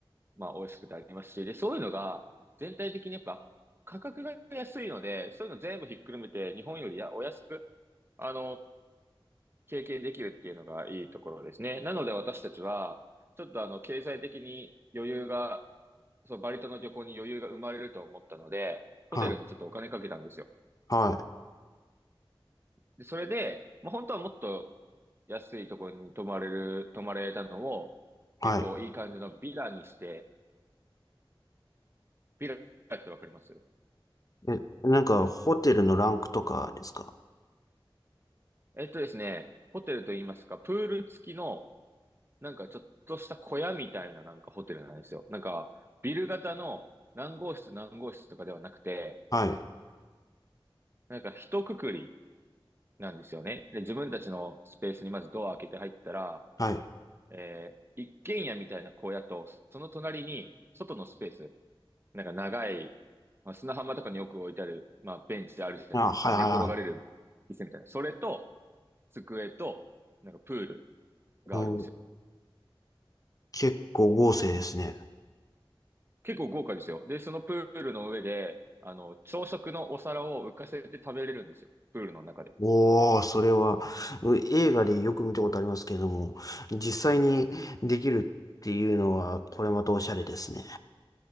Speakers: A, on the right; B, on the left.
A: まあ、美味しくてありますし、で、そういうのが全体的にやっぱ価格が安いので、そういうの全部ひっくるめて日本よりやお安く、あの、経験できるっていうのがいいところですね。なので私たちは、ちょっとあの、経済的に余裕が、そう、バリ島の旅行に余裕が生まれると思ったので、
B: はい。
A: ホテルにちょっとお金かけたんですよ。
B: はい。
A: で、それで、まあ、本当はもっと安いところに泊まれる、泊まれたのを、
B: はい。
A: 結構いい感じのビラにして、ビラってわかります
B: え、なんか、ホテルのランクとかですか
A: えっとですね、ホテルと言いますか、プール付きのなんかちょっとした小屋みたいななんかホテルなんですよ。なんか、ビル型の何号室何号室とかではなくて、
B: はい。
A: なんか一括りなんですよね。で、自分たちのスペースにまずドア開けて入ったら、
B: はい。
A: えー一軒家みたいな小屋と、その隣に外のスペース、なんか長い、まあ、砂浜とかによく置いてある、まあ、ベンチあるじゃないですか。
B: あ、はいはい
A: 寝転がれる椅子みたいな。それと、机と、なんかプールがあるんですよ。
B: はい。うん、結構豪勢ですね。
A: 結構豪華ですよ。で、そのプールの上で、あの、朝食のお皿を浮かせて食べれるんですよ。プールの中で。
B: おー、それは、う映画でよく見たことありますけれども、実際にできるっていうのは、これまたおしゃれですね。